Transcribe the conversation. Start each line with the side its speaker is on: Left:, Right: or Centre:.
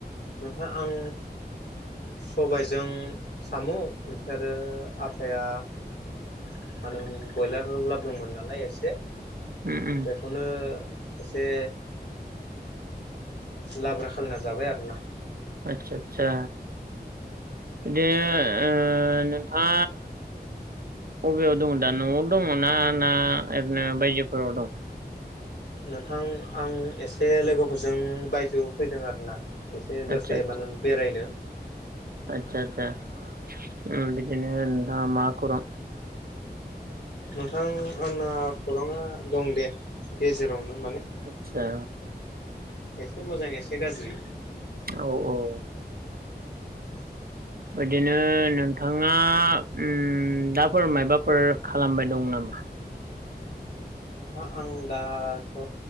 Left: ओफ्राय आं सबायजों साम' बिफ्राय आरो आफाया <unintelligible> मानोमोन बयलार लाबोदोंमोन नालाय एसे
Right: उम उम
Left: बेखौनो एसे लाब्रा खालामना जाबाय आरोना।
Right: आतसा आतसा। बिदिनो ओ नोंहा बबेयाव दङ दा न'आव दङ ना ना ओरैनो बायजोफोराव दं
Left: नोंथां आं एसे लोगोफोरजों बायजोआव फैदों आरोना। एसे दसे
Right: आदसा
Left: मान' बेरायनो
Right: सा सा उम बिदिनो नोंथां मा खौरां
Left: नोंथां आंना खौराङा दं दे गेजेरावनो ।
Right: आछा।
Left: एसे मोजां एसे गाज्रि।
Right: औ औ।
Left: <unintelligible>
Right: बिदिनो नोंथाङा उम दाफोर मायबाफोर खालामबाय दं नामा।
Left: ओ आं दाथ'